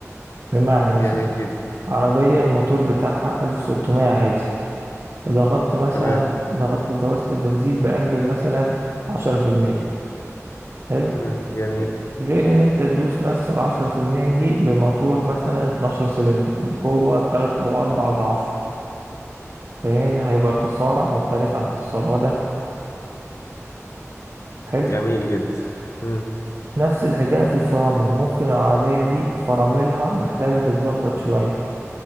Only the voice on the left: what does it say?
جميل جدا
تمام
مم. جميل
جميل جدا مم.